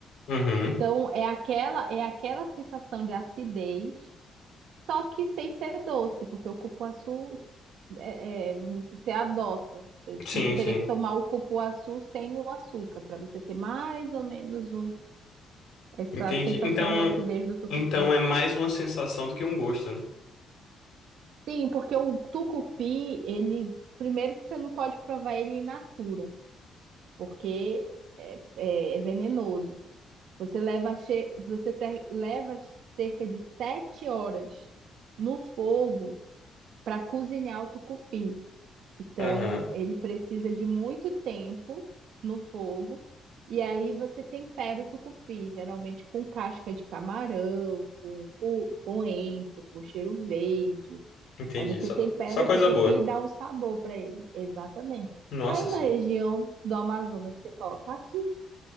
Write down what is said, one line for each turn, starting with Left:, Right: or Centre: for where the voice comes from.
Left: Uhum.
Right: Então, é aquela, é aquela sensação de acidez Só que sem ser doce, porque o cupuaçu, é, é, vamos dizer, se adoça.
Left: Sim,
Right: Você teria
Left: sim.
Right: que tomar o cupuaçu sem o açúcar, para você ter mais ou menos o- essa
Left: Entendi.
Right: sensação
Left: Então,
Right: de acidez do tucupi.
Left: então é mais uma sensação do que um gosto, né?
Right: Sim, porque o tucupi, ele, primeiro que você não pode provar ele in natura, porque é, é- é venenoso. Você leva, che- você ter- leva cerca de sete horas no fogo para cozinhar o tucupi. Então,
Left: Aham.
Right: ele precisa de muito tempo no fogo. E aí você tempera o tucupi, geralmente com casca de camarão, com cu- coentro, com cheiro verde.
Left: Entendi.
Right: Aí você
Left: Só,
Right: tempera
Left: só coisa
Right: o tucupi
Left: boa.
Right: e dá um sabor para ele. Exatamente.
Left: Nossa
Right: Aí
Left: senhora.
Right: na região do Amazonas você coloca açúcar.